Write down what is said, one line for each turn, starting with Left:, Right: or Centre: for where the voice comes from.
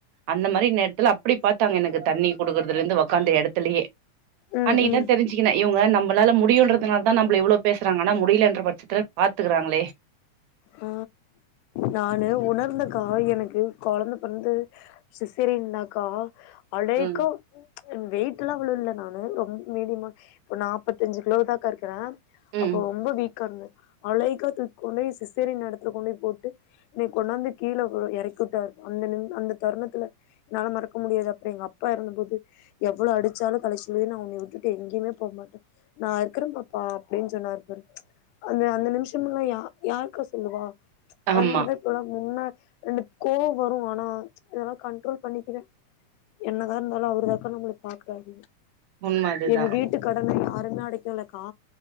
Right: அந்த மாரி நேரத்துல அப்டி பாத்தாங்க எனக்கு தண்ணி குடுக்கறதுலருந்து உக்கார்ந்த எடத்துலயே
Left: ம்
Right: அன்னைக்குதான்
Left: ம்
Right: தெரிஞ்சுக்கினே இவங்க நம்மளால முடியுன்றது அதுனால தான் நம்மள இவ்ளோ பேசுறாங்கன்னா முடியலைன்ற பட்சத்தில் பாத்துக்கிறாங்களே
Left: ஆ நானு உணர்ந்தக்கா எனக்கு கொளந்த பிறந்து சிசேரின் தான்க்கா அலேக்கா
Right: ம்
Left: வெயிட்ல்லாம் விழுல நானு ரொம்ப மீடியம் இப்போ நாப்பத்தஞ்சு கிலோதான்கா இருக்கறே
Right: ம்
Left: அப்போ ரொம்ப வீக்கா இருந்தே அலேக்கா தூக்கி கொண்டு சிசேரின் எடத்துல கொண்டு போய் போட்டு என்னய கொண்டாந்து கீல இறக்குட்டாரு அந்த நிம் அந்த தருணத்துல என்னால மறக்க முடியாது அப்புர எங்க அப்பா இறந்த போது எவ்ளோ அடிச்சாலும் கடைசி வரைக்கும் நா உன்னய விட்டுட்டு எங்கேயுமே போமாட்டே நா இருக்கிறே பாப்பா அப்டின்னு சொன்னாரு பாரு அந்த அந்த நிமிஷம் இல்ல யா யார் க்கா சொல்லுவா
Right: ஆமா
Left: அதனாலவே இப்பெல்லா முன்ன ரெண்டு கோ வரும் ஆனா இதெல்லா கண்ட்ரோல் பண்ணிக்கிறே என்னதா இருந்தாலு அவருதாக்கா நம்மள பாக்குறாரு
Right: உண்ம அதுதா
Left: எங்க வீட்டு கடனை யாருமே அடைக்கலக்கா